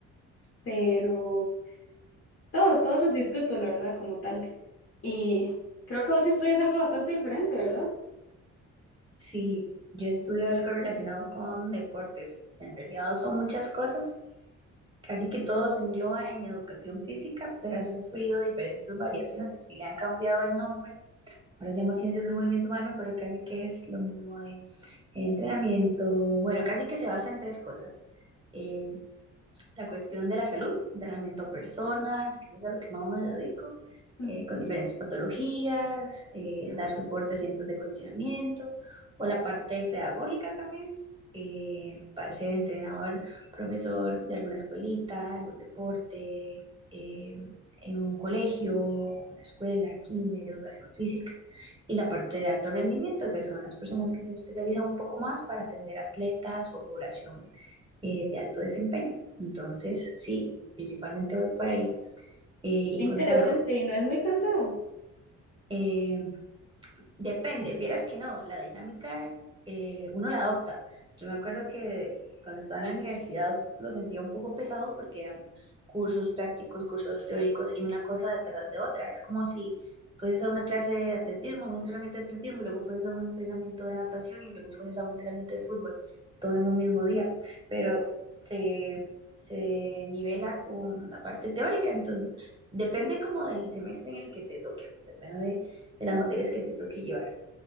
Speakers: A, on the left; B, on the right.
A: pero... Todos, todos los disfruto, la verdad, como tal. Y creo que vos sí estudias algo bastante diferente, ¿verdad?
B: Sí, yo estudio algo relacionado con deportes. En realidad son muchas cosas. Casi que todo se engloba en educación física, pero ha sufrido diferentes variaciones y le han cambiado el nombre ahora se llama Ciencias del Movimiento Humano, pero casi que es lo mismo de eh, entrenamiento, bueno, casi que se basa en tres cosas. Eh, la cuestión de la salud, entrenamiento a personas, que eso es a lo que más me dedico,
A: Mm,
B: eh, con diferentes patologías, eh, dar soporte a centros de condicionamiento o la parte pedagógica también, eh, para ser entrenador, profesor de alguna escuelita, algún deporte, eh, en un colegio, una escuela, kinder, educación física. Y la parte de alto rendimiento, que son las personas que se especializan un poco más para atender atletas o población eh, de alto desempeño. Entonces, sí, principalmente voy por ahí. Eh, y
A: qué Interesante
B: contame,
A: y no es muy cansado.
B: eh, Depende, vieras que no, la dinámica eh, uno la adopta. Yo me acuerdo que cuando estaba en la universidad lo sentía un poco pesado porque eran cursos prácticos, cursos teóricos y una cosa detrás de otra. Es como si fueses a una clase de atletismo, un entrenamiento de atletismo, y luego fueses a un entrenamiento de natación y luego fueses a un entrenamiento de fútbol, todo en un mismo día. Pero se, se nivela con la parte teórica, entonces depende como del semestre en el que te toque, depende de las materias que te toque llevar.